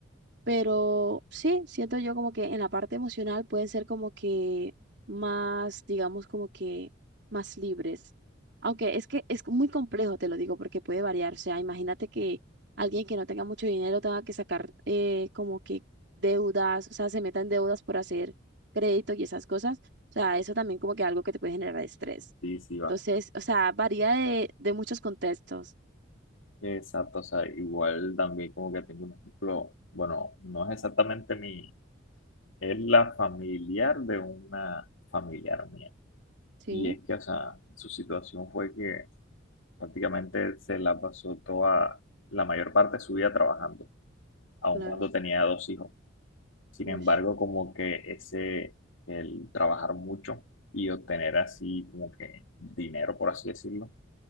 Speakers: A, on the right (about 60°); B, on the left (about 85°).
A: Pero sí, siento yo como que en la parte emocional pueden ser como que más, digamos, como que más libres. Aunque es que es muy complejo, te lo digo, porque puede variar. O sea, imagínate que alguien que no tenga mucho dinero tenga que sacar eh, como que deudas, o sea, se meta en deudas por hacer crédito y esas cosas. O sea, eso también como que algo que te puede generar estrés.
B: Sí, sí, va.
A: Entonces, o sea, varía de, de muchos contextos.
B: Exacto, o sea, igual también como que tengo un ejemplo, bueno, no es exactamente mi, es la familiar de una familiar mía
A: Sí,
B: Y es que, o sea, su situación fue que prácticamente se la pasó toda, la mayor parte de su vida trabajando, aun
A: claro.
B: cuando tenía dos hijos. Sin
A: Uy,
B: embargo, como que ese, el trabajar mucho y obtener así como que dinero, por así decirlo,